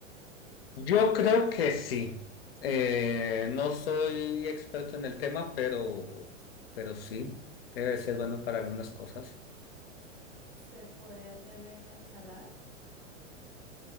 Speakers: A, on the left; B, in the centre.
A: Yo creo que sí. Eh, no soy experto en el tema, pero, pero sí, debe ser bueno para algunas cosas.
B: ¿Se puede hacer en ensalada?